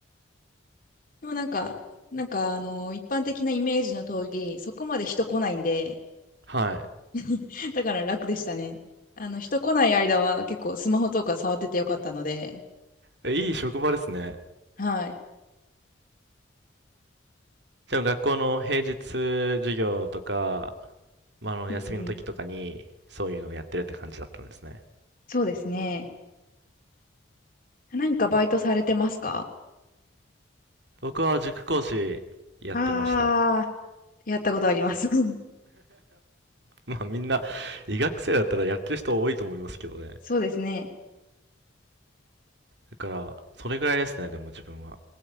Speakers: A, on the left; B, on the right.
A: でもなんか、なんか、あの一般的なイメージの通り、そこまで人来ないんで、
B: はい。
A: <laughs> だから楽でしたね。あの、人来ない間は結構スマホとか触っててよかったので、
B: えいい職場ですね。
A: はい。
B: じゃあ学校の平日授業とか、まあ、あの、
A: うんうん。
B: 休みの時とかに、そういうのをやってるって感じだったんですね。
A: そうですね。何かバイトされてますか
B: 僕は塾講師やってました。
A: ああー、やったことあります。<laughs>
B: まあみんな、医学生だったらやってる人多いと思いますけどね。
A: そうですね。
B: だから、それぐらいですね、でも自分は。